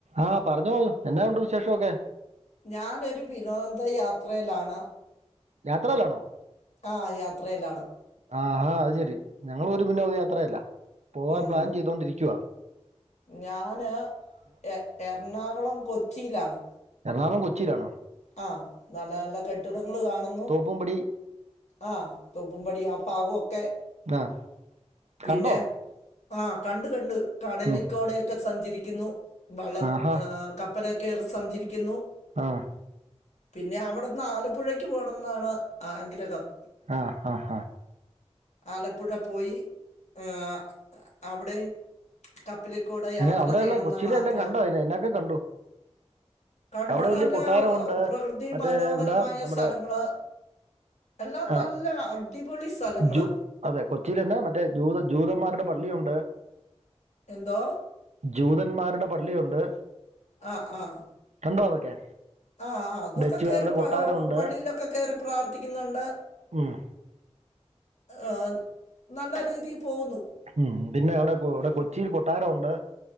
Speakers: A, on the right (about 85°); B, on the left (about 85°).
A: ആഹ് പറഞ്ഞോ എന്നാ ഉണ്ട് വിശേഷമൊക്കെ
B: ഞാനൊരു വിനോദയാത്രയിലാണ്.
A: യാത്രയിലാണോ
B: ആഹ് യാത്രയിലാണ്.
A: ആഹ് അത് ശെരി ഞങ്ങളും ഒരു വിനോദയാത്രയിലാ പോവാൻ
B: ഉം
A: പ്ലാൻ ചെയ്തോണ്ടിരിക്കുവാ.
B: ഞാന് എ എറണാകുളം കൊച്ചിയിലാണ്.
A: എറണാകുളം കൊച്ചിയിലാണോ
B: ആഹ് നല്ല നല്ല കെട്ടിടങ്ങള് കാണുന്നു.
A: വുംമ്പടി
B: ആഹ് തോപ്പും പടി ആഹ് ഭാഗൊക്കെ
A: ആ
B: പിന്നെ
A: കണ്ടോ
B: ആഹ് കണ്ട് കണ്ട് കടലിക്കോടെയൊക്കെ
A: ഉം.
B: സഞ്ചരിക്കുന്നു വള
A: ആഹാ
B: ക പ്പലി കേറി സഞ്ചരിക്കുന്നു.
A: ആഹ്
B: പിന്നെ അവിടുന്ന് ആലപ്പുഴക്ക് പോണം എന്നാണ് ആഗ്രഹം.
A: ആഹ് ആഹ് ആഹ്
B: ആലപ്പുഴ പോയി ഏഹ് അവിടെയും കപ്പലികൂടെ യാത്ര
A: അതിന് അവിടെയുള്ള
B: ചെയ്യണെന്നാണ്
A: കൊച്ചിയിലെ
B: ആഗ്രഹം.
A: എല്ലാം കണ്ടോ അതിന് എന്നൊക്കെ കണ്ടു
B: കണ്ട്
A: അവിടെ വലിയ
B: നല്ല
A: കൊട്ടാരമുണ്ട്
B: പ്രകൃതി
A: മറ്റേ
B: മനോഹരമായ
A: എന്താ നമ്മുടെ
B: സ്ഥലങ്ങള്. എല്ലാം
A: ആ,
B: നല്ല അടിപൊളി സ്ഥലങ്ങള്.
A: ജൂ അതെ കൊച്ചിൽ എന്ന മറ്റേ ജൂത ജൂതന്മാരുടെ പള്ളിയുണ്ട്.
B: എന്തോ
A: ജൂതന്മാരുടെ പള്ളിയുണ്ട്.
B: ആഹ് ആഹ്
A: കണ്ടോ അതൊക്കെ
B: ആഹ് ആഹ് അതൊക്കെ
A: ഡച്ചുകാരുടെ
B: കേറി പ
A: കൊട്ടാരമുണ്ട്
B: പള്ളിയിലൊക്കെ കയറി പ്രാർത്ഥിക്കുന്നുണ്ട്.
A: ഉം
B: അഹ് നല്ല രീതിയിൽ പോകുന്നു.
A: ഉം പിന്നെ എവിടെ ഇവിടെ കൊച്ചിയിൽ കൊട്ടാരം ഉണ്ട്.